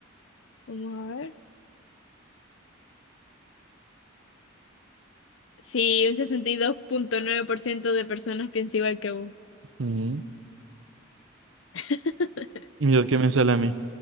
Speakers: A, on the left; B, on the right.
A: Vamos a ver. Sí, un sesenta y dos punto nueve por ciento de personas piensa igual que vos.
B: Mm,
A: <laughs>
B: Mira el que me sale a mí.